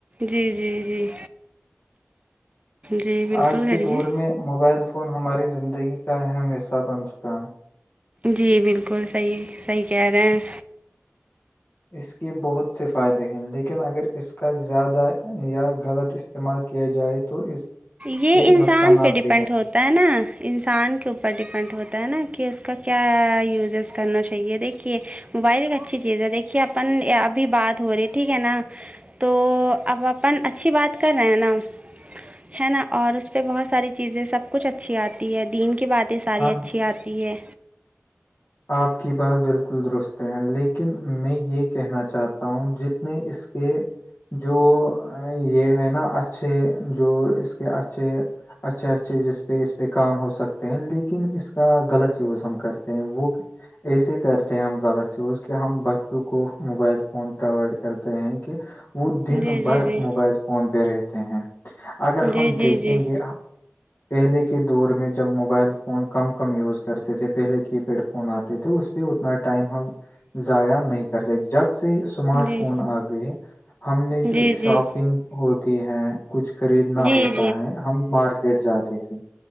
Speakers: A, on the right (about 30°); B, on the left (about 55°).
A: جی جی جی جی بالکل
B: آج کے
A: کریے
B: دور میں موبائل فون ہماری زندگی کا اہم حصہ بن چکا ہے
A: جی بالکل صحیح صحیح کہہ رہے ہیں
B: اس کے بہت سے فائدے ہیں لیکن اگر اس کا زیادہ یا غلط استعمال کیا جائے تو اس
A: یہ
B: کے
A: انسان
B: نقصانات
A: پہ ڈیپینڈ
B: بھی ہیں
A: ہوتا ہوتا ہے نا انسان کے اوپر ڈپینڈ ہوتا ہے نا کہ اس کا کیا یوزز کرنا چاہیے دیکھیے موبائل ایک اچھی چیز ہے دیکھیے اپن ابھی بات ہو رہی ہے ٹھیک ہے نا تو اب اپن اچھی بات کر رہے ہیں نا ہے نا اور اس پہ بہت ساری چیزیں سب کچھ اچھی آتی ہے دین کی باتیں ساری
B: ہم
A: اچھی آ تی ہے
B: آپ کی بات بالکل درست ہے لیکن میں یہ کہنا چاہتا ہوں ج نے اس کے جو یہ ہے نا اچھے جو اس کے اچھے اچھے اچھے جس پہ اس پہ کام ہو سکتے ہیں لیکن اس کا غلط یوز ہم کرتے ہیں وہ ایسے کرتے ہیں ہم غلط یوز کہ ہم بچوں کو موبائل فون پرووائڈ کرتے ہیں کہ وہ
A: جی
B: دن بھر
A: جی جی
B: موبائل فون پہ رہتے ہیں اگر
A: جی
B: ہم
A: جی
B: دیکھیں
A: جی
B: گے پہلے کے دور میں جب موبائل فون کم کم یوز کرتے تھے پہلے کی پیڈ فون آتے تھے اس پہ اتنا ٹائم ہم ضائع نہیں کرتے جب سے اسمارٹ
A: جی
B: فون آ گئے ہم نے
A: جی
B: جو
A: جی
B: شاپنگ ہوتی ہے کچھ خریدنا
A: جی
B: ہوتا ہے ہم مارکیٹ جاتے تھے